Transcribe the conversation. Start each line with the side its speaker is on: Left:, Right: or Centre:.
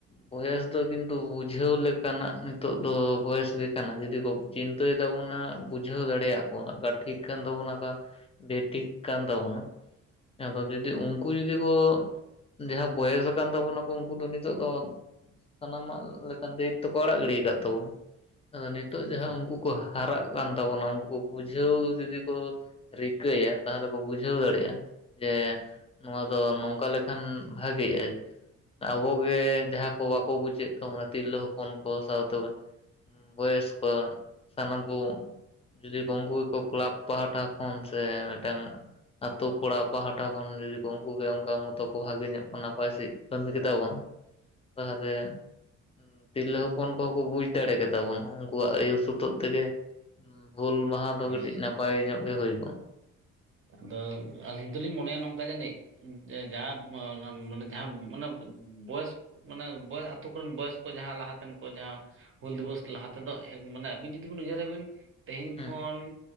Left: ᱵᱚᱭᱮᱥ ᱫᱚ ᱠᱤᱱᱛᱩ ᱵᱩᱡᱷᱟᱹᱣ ᱞᱟᱹᱠ ᱠᱟᱱᱟᱜ ᱱᱤᱛᱚᱜ ᱫᱚ ᱵᱚᱭᱮᱥ ᱜᱮ ᱠᱟᱱᱟ ᱡᱩᱫᱤ ᱠᱚ ᱪᱤᱱᱛᱟᱹᱭ ᱛᱟᱵᱚᱱᱟ ᱵᱩᱡᱷᱟᱹᱣ ᱫᱟᱲᱮᱭᱟᱜ ᱠᱚ ᱚᱠᱟ ᱴᱷᱤᱠ ᱠᱟᱱ ᱛᱟᱵᱚᱱᱟ ᱚᱱᱟ ᱠᱚ ᱵᱮ ᱴᱷᱤᱠ ᱠᱟᱱ ᱛᱟᱵᱚᱱᱟ ᱟᱫᱚ ᱡᱩᱫᱤ ᱩᱝᱠᱩ ᱡᱩᱫᱤ ᱠᱚ ᱡᱟᱦᱟᱸ ᱵᱚᱭᱮᱥ ᱠᱟᱱ ᱛᱟᱵᱚᱱᱟ ᱠᱚ ᱩᱱᱠᱩ ᱫᱚ ᱱᱤᱛᱚᱜ ᱫᱚ ᱥᱟᱱᱟ ᱢᱟᱜ ᱞᱮᱠᱟᱱ ᱫᱟᱹᱭᱤᱛᱛᱚ ᱠᱚ ᱟᱲᱟᱜ ᱜᱤᱲᱤ ᱠᱟᱜ ᱛᱟᱵᱚᱱᱟ, ᱟᱫᱚ ᱱᱤᱛᱚᱜ
Right: ᱟᱪᱪᱷᱟ
Left: ᱡᱟᱦᱟᱸ ᱩᱝᱠᱩ ᱠᱚ ᱦᱟᱨᱟᱜ ᱠᱟᱱ ᱛᱟᱵᱚᱱᱟ, ᱩᱝᱠᱩ ᱠᱚ ᱵᱩᱡᱷᱟᱹᱣ ᱡᱩᱫᱤ ᱠᱚ ᱨᱤᱠᱟᱹᱭᱟ ᱛᱟᱦᱚᱞᱮ ᱠᱚ ᱵᱩᱡᱷᱟᱹᱣ ᱫᱟᱲᱮᱭᱟᱜᱼᱟ, ᱡᱮ ᱱᱚᱣᱟ ᱫᱚ ᱱᱚᱝᱠᱟ ᱞᱮ ᱠᱷᱟᱱ ᱵᱷᱟᱜᱮᱜᱼᱟ᱾ ᱟᱵᱚ ᱜᱮ ᱡᱟᱦᱟᱸ ᱠᱚ ᱵᱟᱠᱚ ᱵᱩᱪᱮᱜ ᱛᱟᱵᱚᱱᱟ ᱛᱤᱨᱞᱟᱹ ᱦᱚᱯᱚᱱ ᱠᱚ ᱥᱟᱶ ᱛᱚᱵᱮ ᱵᱚᱭᱮᱥ ᱠᱚ ᱥᱟᱱᱟᱢ ᱠᱩ ᱡᱩᱫᱤ ᱠᱚ ᱩᱝᱠᱩ ᱜᱮᱠᱚ ᱠᱮᱞᱟᱵ ᱯᱟᱦᱟᱴᱟ ᱠᱷᱚᱱ ᱥᱮ ᱢᱤᱫᱴᱟᱝ ᱟᱛᱳ ᱯᱟᱲᱟ ᱯᱟᱦᱴᱟ ᱠᱷᱚᱱ ᱡᱩᱫᱤ ᱠᱚ ᱩᱸᱠᱩ ᱜᱮ ᱚᱸᱠᱟ ᱢᱚᱛᱚ ᱠᱚ ᱵᱷᱟᱹᱜᱤ ᱧᱚᱜ ᱠᱚ ᱱᱟᱯᱟᱭ ᱥᱟᱺᱦᱤᱡ ᱠᱟᱹᱢᱤ ᱠᱮᱫᱟ ᱵᱚᱱ, ᱵᱟᱦᱨᱮ <unintelligible> ᱛᱤᱨᱞᱟᱹ ᱦᱚᱯᱚᱱ ᱠᱚᱦᱚ ᱠᱚ ᱵᱩᱡᱽ ᱫᱟᱲᱮ ᱠᱮᱫᱟ ᱵᱚᱱ ᱩᱱᱠᱩᱣᱟᱜ ᱤᱭᱟᱹ ᱥᱩᱛᱩᱜ ᱛᱮᱜᱮ, ᱦᱩᱸ ᱦᱩᱞ ᱢᱟᱦᱟᱸ ᱫᱚ
Right: ᱦᱮᱸ
Left: ᱠᱟᱹᱴᱤᱡ ᱱᱟᱯᱟᱭ ᱧᱚᱜ ᱜᱮ ᱦᱩᱭ ᱠᱚᱜ-ᱟ᱾
Right: ᱟᱫᱚ ᱟᱹᱞᱤᱧ ᱫᱩᱞᱤᱧ ᱢᱚᱱᱮᱭᱟ ᱱᱚᱝᱠᱟ ᱡᱟᱱᱤᱡ, ᱼᱼ ᱩᱸ ᱡᱮ ᱡᱟᱦᱟᱸᱵ ᱚᱱᱟ ᱢᱟᱱᱮ ᱡᱟᱦᱟᱸᱵ ᱚᱱᱟᱻᱵᱻᱵᱚ ᱵᱚᱭᱮᱥ, ᱢᱟᱱᱮ ᱵᱚᱭ ᱟᱹᱛᱩ ᱠᱚᱨᱮᱱ ᱵᱚᱭᱮᱥ ᱠᱚ ᱡᱟᱦᱟᱸ ᱞᱟᱦᱟ ᱛᱮᱱ ᱠᱚ ᱡᱟᱦᱟᱸᱼᱼ ᱦᱩᱞ ᱫᱤᱵᱚᱥ ᱞᱟᱦᱟ ᱛᱮᱫᱚ ᱮᱠ ᱢᱟᱱᱮ ᱟᱹᱵᱤᱱ ᱡᱩᱫᱤ ᱵᱤᱱ ᱩᱭᱦᱟᱹᱨ ᱟᱹᱵᱤᱱᱼᱼ ᱛᱮᱦᱮᱧ
Left: ᱦᱮᱸ
Right: ᱠᱷᱚᱱ